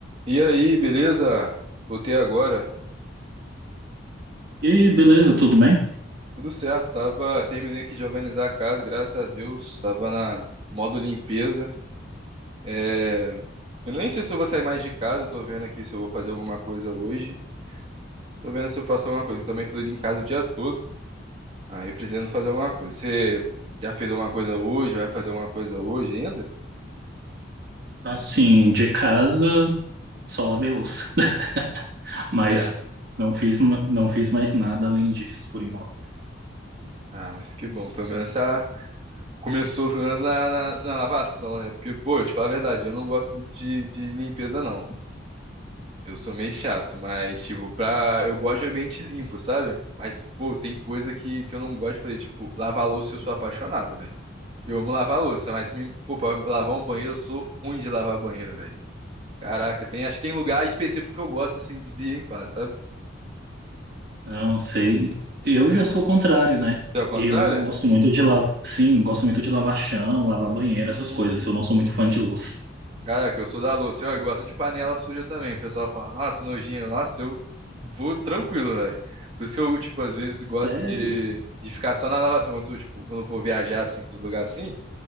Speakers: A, on the right; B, on the right.
A: E aí, beleza? Voltei agora.
B: E aí, beleza, tudo bem?
A: Tudo certo, tava, terminei aqui de organizar a casa, graças a Deus, tava na modo limpeza. É, eu nem sei se eu vou sair mais de casa, tô vendo aqui se eu vou fazer alguma coisa hoje. Tô vendo se eu faço alguma coisa, eu também tô em casa o dia todo. Aí pretendo fazer alguma coisa. Você já fez alguma coisa hoje? Vai fazer alguma coisa hoje ainda?
B: Assim, de casa, só lavei louça, <laughs> mas
A: Certo.
B: não fiz, ma- não fiz mais nada além disso, por enquanto.
A: Ah, mas que bom, pelo menos a... começou pelo menos na, na, na lavação, né? Porque, pô, eu te falar a verdade, eu não gosto muito de, de limpeza, não. Eu sou meio chato, mas, tipo, pra. Eu gosto de ambiente limpo, sabe? Mas, pô, tem coisa que, que eu não gosto de fazer. Tipo, lavar louça eu sou apaixonado, velho. Eu amo lavar louça, mas, me... pô, pra lavar um banheiro eu sou ruim de lavar banheiro, velho. Caraca, tem... acho que tem lugar específico que eu gosto, assim, de, de limpar, sabe?
B: Não sei, eu já sou o contrário, né?
A: Você é ao contrário?
B: Eu gosto muito de lavar, sim, gosto muito de lavar chão, lavar banheiro,
A: Hum.
B: essas coisas. Eu não sou muito fã de louça.
A: Caraca, eu sou da louça. Eu gosto de panela suja também. O pessoal fala, nossa, nojinho. Nossa, eu vou tranquilo, velho. Por isso que eu, tipo, às vezes gosto
B: Sério?
A: de. De ficar só na lavação, quando, eu, tipo, quando eu vou viajar, assim, pros lugares assim,